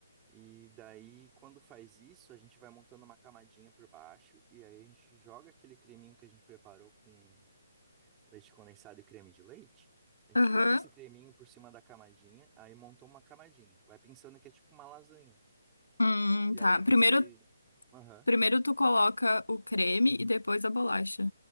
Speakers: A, on the right; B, on the left.
A: E daí, quando faz isso, a gente vai montando uma camadinha por baixo e aí a gente joga aquele creminho que a gente preparou com leite condensado e creme de leite. A gente
B: aham.
A: joga esse creminho por cima da camadinha, aí montou uma camadinha. Vai pensando que é tipo uma lasanha.
B: Hum,
A: E
B: tá.
A: aí você.
B: Primeiro
A: Aham.
B: Primeiro tu coloca o creme e depois a bolacha.